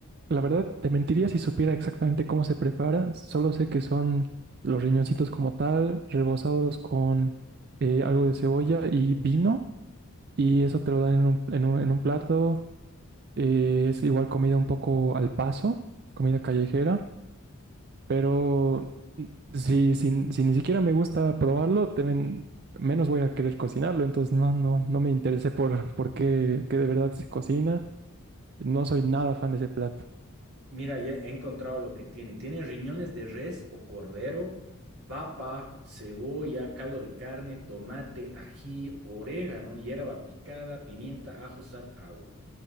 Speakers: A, on the right; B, on the right.
A: La verdad, te mentiría si supiera exactamente cómo se prepara. Solo sé que son los riñoncitos como tal, rebozados con eh, algo de cebolla y vino, y eso te lo dan en un, en un- en un plato. Eh, es igual comida un poco al paso, comida callejera, pero mm, si, si, si ni siquiera me gusta probarlo, te men- menos voy a querer cocinarlo. Entonces no, no, no me interesé por, por qué, qué de verdad se cocina. No soy nada fan de ese plato.
B: Mira, ya he encontrado lo que tiene. Tiene riñones de res o cordero, papa, cebolla, caldo de carne, tomate, ají, orégano, hierba picada, pimienta, ajo, sal, agua.